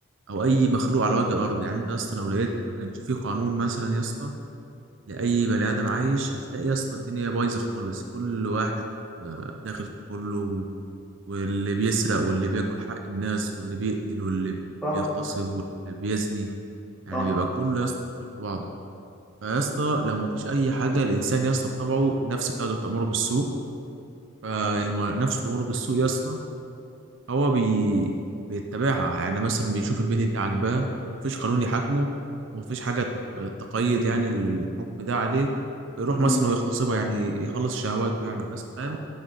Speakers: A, on the right; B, in the centre.
A: او اي مخلوق على وجه الارض يعني انت يا اسطى لو لقيت ما كانش فيه قانون مثلا يا اسطى لاي بني ادم عايش هتلاقي يا اسطى الدنيا بايظه خالص كل واحد آه، داخل في كله واللي بيسرق واللي بياكل حق الناس واللي بيقتل واللي
B: صح
A: بيغتصب واللي بيزني يعني
B: صح
A: بيبقى كله يا اسطى داخل في بعضه فيا اسطى لو مفيش اي حاجه الانسان يا اسطى بطبعه النفس بتاعته تأمره بالسوء فلما نفسه تمر بالسوق يا اسطى هو بي... بيتبعها يعني مثلا بيشوف البنت دي عاجباه ومفيش قانون يحاكمه ومفيش حاجة تق- تقيد يعني الحكم ده عليه فيروح
B: مم.
A: مثلا ويغتصبها يعني يخلص شهواته يعني بس فاهم